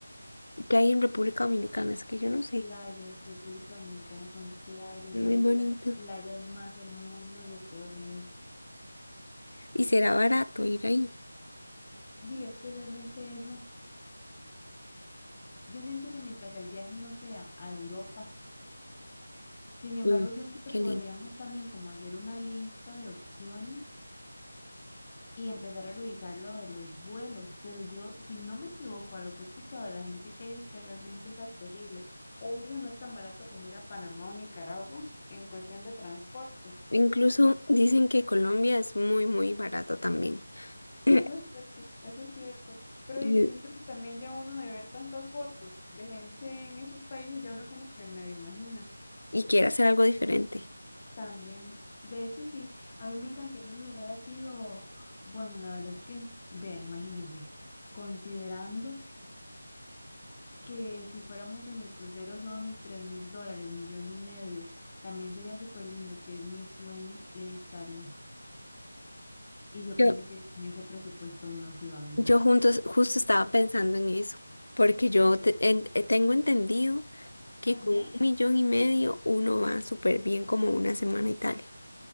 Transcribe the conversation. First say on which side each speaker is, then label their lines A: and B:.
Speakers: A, on the left; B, on the left.
A: que hay en República Dominicana, es que yo no sé,
B: Playas, República Dominicana son playas,
A: es
B: dicen
A: muy bonito.
B: que las playas más hermosas de todo el mundo.
A: Y será barato ir ahí.
B: sí es que realmente eso, yo siento que mientras el viaje no sea a Europa, sin embargo,
A: uy
B: yo creo que
A: qué
B: podríamos
A: lindo.
B: también como hacer una lista de opciones y empezar a revisar lo de los vuelos, pero yo, si no me equivoco a lo que he escuchado de la gente que es que realmente es accesible, obvio no es tan barato como ir a Panamá o Nicaragua en cuestión de transporte.
A: Incluso dicen que Colombia es muy, muy barato también. <clears throat>
B: Eso es cierto, eso es cierto. Pero
A: Y,
B: oye, yo siento que también ya uno de ver tantas fotos de gente en esos países, ya uno como que se me imagina.
A: y quiere hacer algo diferente.
B: También. De hecho, sí, a mí me encantaría ir a un lugar así o, bueno, la verdad es que, vea, imagínese, considerando. que si fuéramos en el crucero son tres mil dólares, millón y medio. También sería súper lindo, que es mi sueño ir a Italia. Y yo
A: Yo,
B: pienso que con ese presupuesto uno sí va bien.
A: Yo juntos, justo estaba pensando en eso, porque yo te- en- eh, tengo entendido que
B: Ajá.
A: con un millón y medio uno va súper bien como una semana a Italia.